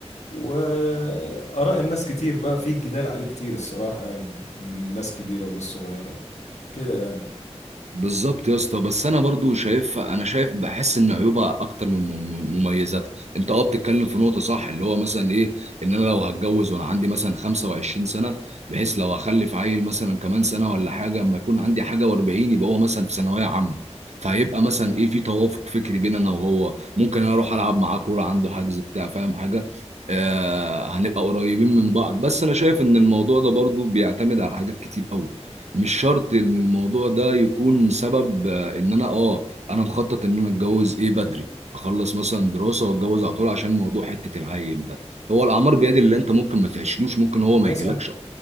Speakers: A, on the left (about 75°); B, on the right (about 75°).
A: واراء الناس كتير بقى في جدال عليه كتير الصراحه يعني من ناس كبيره وناس صغيره كده يعني
B: بالظبط يا اسطى بس انا برضو شايف انا شايف بحس ان عيوبها اكتر من مم- مميزاتها انت اه بتتكلم في نقطه صح اللي هو مثلا ايه ان انا لو هتجوز وانا عندي مثلا 25 سنه بحيث لو هخلف عيل مثلا كمان سنه ولا حاجه اما يكون عندي حاجه و40 يبقى هو مثلا في ثانويه عامه فهيبقى مثلا
A: آه.
B: ايه في توافق فكري بين انا وهو ممكن انا اروح العب معاه كوره عنده حجز بتاع فاهم حاجه
A: مم.
B: آه هنبقى قريبين من بعض بس انا شايف ان الموضوع ده برضو بيعتمد على حاجات كتير قوي مش شرط ان الموضوع ده يكون سبب آه، ان انا اه انا مخطط ان انا اتجوز ايه بدري اخلص مثلا دراسه واتجوز على طول عشان موضوع حته العيل ده هو الاعمار بيد اللي انت ممكن ما تعيشلوش ممكن هو ما
A: ده
B: يجيلكش
A: صح